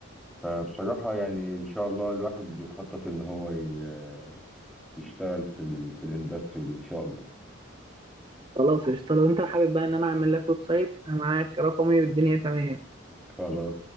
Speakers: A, in the centre; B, on the right.
A: فبصراحة يعني إن شاء الله الواحد بيخطط إن هو ي- يشتغل في ال في الاندستري دي إن شاء الله
B: خلاص قشطة لو انت حابب بقى ان انا اعمل لك ويب سايت انا معاك رقمي والدنيا تمام
A: خلاص